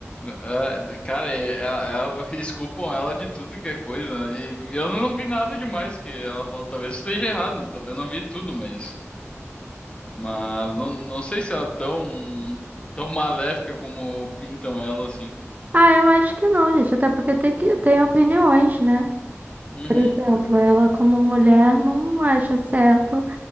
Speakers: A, on the left; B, on the right.
A: Ah, Cara, é- é- é- eles culpam <laughs> ela de tudo que é coisa, né? E eu não vi nada demais que ela falou. Talvez esteja errado, talvez eu não vi tudo, mas. Mas não, não sei se ela é tão, tão maléfica como pintam ela, assim.
B: Ah, eu acho que não, gente. Até porque tem que tem opiniões, né?
A: Uhum,
B: Por exemplo, ela como mulher não acha certo